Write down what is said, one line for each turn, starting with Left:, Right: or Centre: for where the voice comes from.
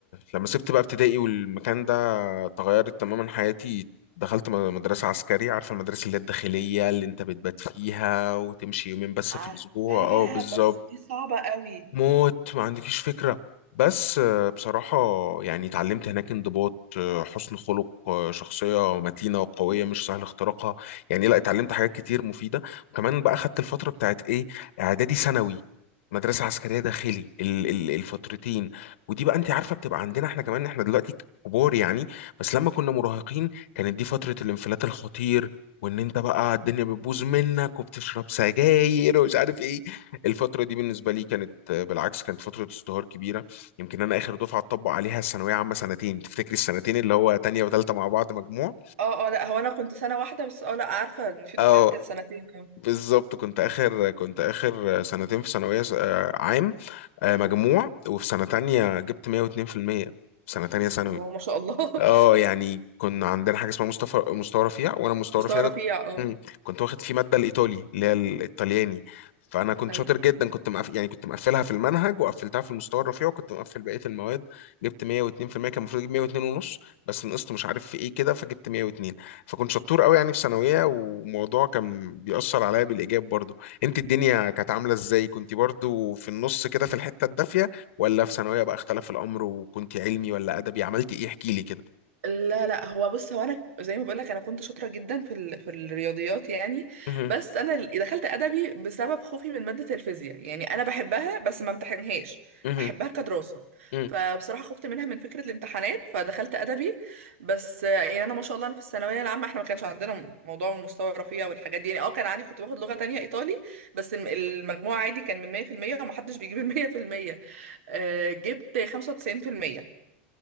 Left: لما سبت بقى ابتدائي والمكان ده تغيرت تماما حياتي دخلت م- مدرسة عسكرية عارفة المدرسة اللي هي الداخلية اللي انت بتبات فيها وتمشي يومين بس
Right: عارفاها
Left: في الأسبوع اه بالظبط
Right: بس دي صعبة قوي
Left: موت ما عندكيش فكرة بس آه، بصراحة يعني اتعلمت هناك انضباط آه، حسن خلق آه، شخصية متينة وقوية مش سهل اختراقها يعني لا اتعلمت حاجات كتير مفيدة وكمان بقى خدت الفترة بتاعت ايه اعدادي ثانوي مدرسة عسكرية داخلي ال- ال- الفترتين ودي بقى انت عارفة بتبقى عندنا احنا كمان احنا دلوقتي كبار يعني بس لما كنا مراهقين كانت دي فترة الانفلات الخطير وان انت بقى الدنيا بتبوظ منك وبتشرب سجاير ومش عارف ايه الفترة دي بالنسبة لي كانت آه، بالعكس كانت فترة ازدهار كبيرة يمكن أنا آخر دفعة اتطبق عليها الثانوية عامة سنتين تفتكري السنتين اللي هو تانية وتالتة مع بعض مجموع
Right: اه اه لا هو انا كنت سنه واحده بس اه لا عارفه ان في دفعات
Left: اه
Right: كانت سنتين اه
Left: بالظبط كنت آخر كنت آخر سنتين في ثانوية س- آه، عام آه، مجموع وفي سنة تانية جبت 102% في المية في سنة تانية ثانوي
Right: هو ما شاء الله
Left: اه يعني كنا عندنا حاجه اسمها مستوى مستوى رفيع وانا
Right: <laughs>
Left: مستوى
Right: مستوى
Left: رفيع
Right: رفيع
Left: ده
Right: اه
Left: مم. كنت واخد فيه ماده الايطالي اللي هي الايطالياني فانا كنت
Right: اي
Left: شاطر جدا كنت مقف... يعني كنت مقفلها في المنهج وقفلتها في المستوى الرفيع وكنت مقفل بقيه المواد جبت 102% كان المفروض اجيب 102 ونص بس نقصت مش عارف في ايه كده فجبت 102 فكنت شطور قوي يعني في ثانويه وموضوع كان بيأثر عليا بالايجاب برضو انت الدنيا كانت عامله ازاي كنت برضو في النص كده في الحته الدافيه ولا في ثانويه بقى اختلف الامر وكنت علمي ولا ادبي عملت ايه احكي لي كده
Right: لا لا هو بص هو انا زي ما بقولك انا كنت شاطره جدا في ال... في الرياضيات يعني
Left: مهم.
Right: بس انا ال- دخلت ادبي بسبب خوفي من ماده الفيزياء يعني انا بحبها بس ما امتحنهاش
Left: مهم.
Right: احبها كدراسه
Left: مهم.
Right: فبصراحه خفت منها من فكره الامتحانات فدخلت ادبي بس آه، يعني انا ما شاء الله انا في الثانويه العامه احنا ما كانش عندنا موضوع المستوى الرفيع والحاجات دي يعني اه كان عندي كنت باخد لغه تانية ايطالي بس الم- المجموع عادي كان من 100% ومحدش بيجيب ال 100% آه، جبت 95%